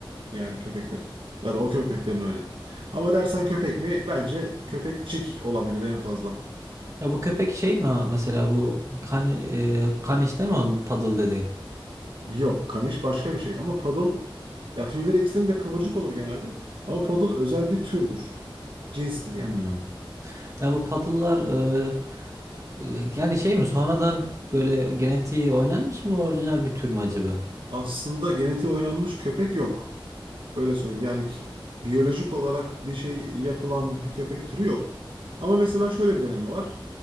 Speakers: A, on the right; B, on the right.
A: yani köpeklerin. Ya da o köpeklerin öyle. Ama dersen köpek mi? Bence köpekçik olabilir en fazla.
B: Ya bu köpek şey mi ha? mesela bu kan, e, kan işte mi onun paddle dediğin?
A: Yok, kaniş başka bir şey. Ama poodle ya tüyleri ikisinin de kıvırcık olur genelde. Ama poodle özel bir türdür. Cinstir yani.
B: Hmm. Ya bu paddle'lar e, e, yani şey mi sonradan böyle genetiği oynanmış mı orijinal bir tür mü acaba?
A: Aslında genetiği oynanmış köpek yok. Öyle söyleyeyim. Yani ki- biyolojik olarak bir şey yapılan bir köpek türü yok. Ama mesela şöyle bir deneme var.